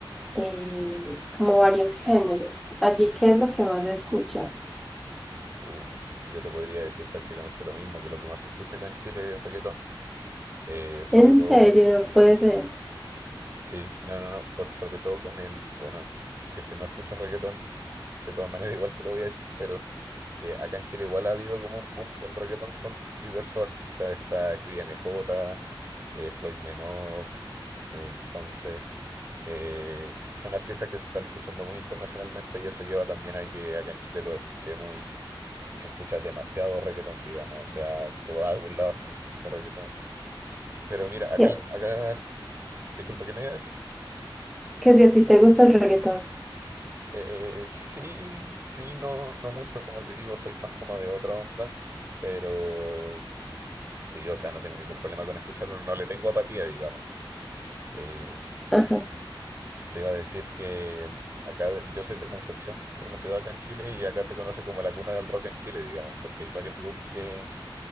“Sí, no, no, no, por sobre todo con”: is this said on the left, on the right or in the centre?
Right